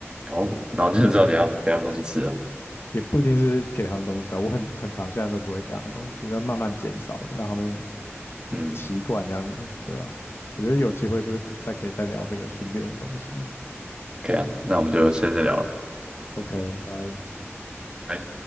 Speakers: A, on the right (about 15°); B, on the left (about 55°).
A: 哦，然后就知道你要给他们东西吃啊，
B: 也不一定是给他们东西吃啊，我很很常现在都不会给他们东西吃，要慢慢减少，了，让他们嗯习惯这样子，
A: 嗯，
B: 对吧？我觉得有机会就是再可以再聊这个训练的东西。
A: 可以啊，那我们就下次再聊了。
B: OK，拜。
A: 拜